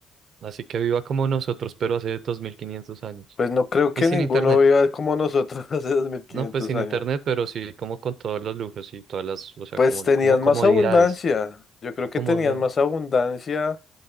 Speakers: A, on the right; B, on the left.
A: Así que viva como nosotros, pero hace 2500 años.
B: Pues no creo que
A: Y sin
B: ninguno
A: internet.
B: viva como nosotros <laughs> hace dos mil quinientos
A: No, pues sin
B: años.
A: internet, pero sí, como con todos los lujos y todas las, o sea,
B: Pues
A: como,
B: tenían
A: como comodidades.
B: más abundancia. Yo creo
A: Comodidades.
B: que tenían más abundancia,